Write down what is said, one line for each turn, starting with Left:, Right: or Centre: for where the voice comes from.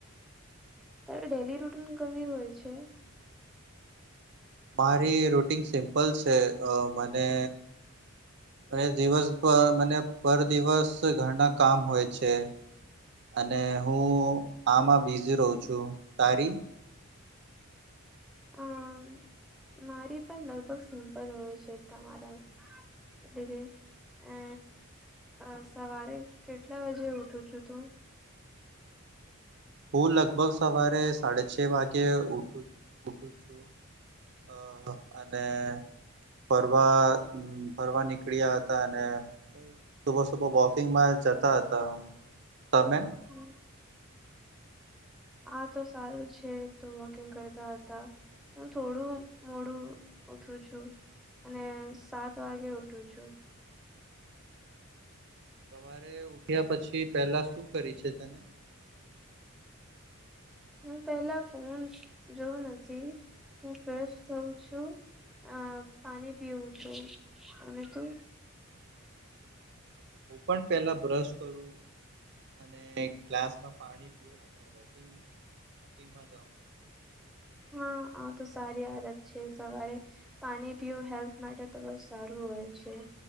Centre: ત્યારે ડેલી રૂટીન કવી હોય છે.
Right: મારી રૂટન સિમ્પલ છે, મને અને દિવસ મને પર દિવસ ઘરના કામ હોય છે. અને હું આમાં બીઝી રહુ છુ, તારી
Centre: હ અમ મારી પણ લગભગ સિમ્પલ હોય છે, તમારા લધે એ અ સવારે કેટલા વાજે ઉઠું છુ, તુ
Right: હું લગભગ સવારે સાડ છ વાગે ઉઠુ ઉઠુ છુ. અ અને ફરવા ફરવા નીકળ્યા હતા અને સુબ સુબ વોકિંગમાં જતા હતા હુ, તમે
Centre: હમ્મ આ તો સારું છે, તો વોકિંગ કરતા હતા. હુ થોડુ મોડુ ઉઠુ છુ. અને સાત વાગે ઉઠુ છુ.
Right: સવારે ઉઠ્યા પછી પેલા શું કરી છે, તને
Centre: હું પેલા ફોન જોઉં નથી હું ફેશ થઉ છુ. અ પાણી પીવું છુ, અને તો
Right: ઓપન પહેલા બ્રશ કરુ અને ગ્લાસમાં પાણી પીું અને વકે ગમાં જાઉ
Centre: હા હા તો સારી આદત છે, સવારે પાણી પીું હેલ્થ માટે તો બસ સારુ હોય છે,